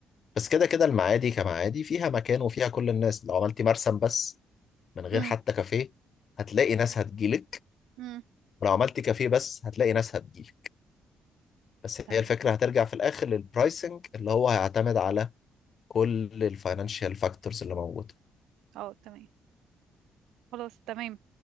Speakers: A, on the left; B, on the right.
A: بس كده كده المعادي كمعادي فيها مكان وفيها كل الناس لو عملتي مرسم بس من غير
B: امم
A: حتى كافيه هتلاقي ناس هتجيلك
B: امم
A: ولو عملتي كافيه بس هتلاقي ناس هتجيلك بس
B: تمام
A: هي الفكرة هترجع في الآخر للبرايسنج اللي هو هيعتمد على كل الفاينانشال فاكتورز اللي موجودة
B: اه تمام خلاص تمام